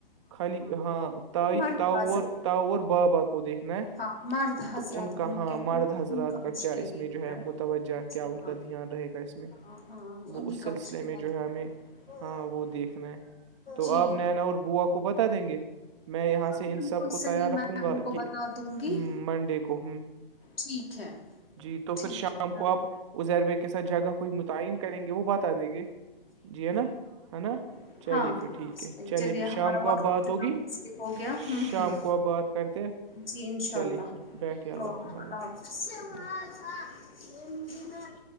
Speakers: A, on the right (about 30°); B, on the left (about 80°).
A: خالی ہاں تائی
B: مرد
A: تاؤ
B: حضرات
A: تاؤ اور بابا کو دیکھنا ہے
B: ہاں مرد حضرات
A: تو ان کا
B: میں
A: ہاں
B: کہتی
A: مرد
B: ہوں کہ
A: حضرات
B: ان
A: کا
B: مشکل
A: کیا اس
B: ہی
A: میں
B: لگ
A: جو ہے
B: رہا
A: موتوجہ
B: جی
A: کیا ان کا
B: ہاں
A: دھیان رہے گا اس میں
B: ہاں ہاں
A: وہ
B: انہیں
A: اس
B: کا
A: سلسلے
B: مشکل
A: میں
B: لگ
A: جو ہے ہمیں
B: رہا ہے
A: ہاں وہ دیکھنا ہے تو
B: جی
A: آپ نینا اور بووا کو بتا دیں گے میں یہاں
B: ہاں
A: سے ان
B: بالکل
A: سب کو
B: صحیح
A: تیار رکھوں
B: میں
A: گا
B: ان کو
A: کہ
B: بتا دوں گی
A: منڈے کو
B: ٹھیک ہے
A: جی تو پھر
B: ٹھیک
A: شام
B: ہے
A: کو
B: اب
A: آپ ازیر بھائی کے ساتھ جگہ کوئی متعن کریں گے وہ بتا دیگے جی ہے نا ہے نا
B: بالکل
A: چالی
B: ہاں بالکل
A: فٹ ٹھیک
B: صحیح
A: ہے چلیے پھر
B: ہمارا
A: شام کو
B: وقت
A: آب بات
B: اختتام
A: ہوگی
B: پذیر ہو گیا
A: شام
B: ہوں ہوں
A: کو آب بات کرتے ہیں
B: جی انشاء
A: چلیے
B: اللہ
A: پھر بیٹھیے اللہ
B: او
A: حافظ اللہ
B: <inaudible>
A: حافظ